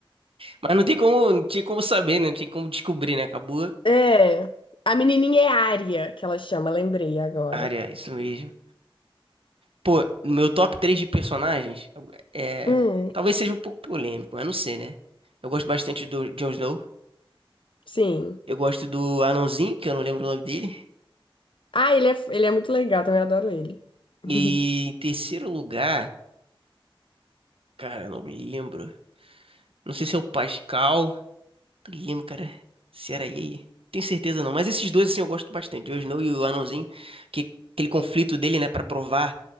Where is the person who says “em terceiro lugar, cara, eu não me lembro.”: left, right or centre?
Right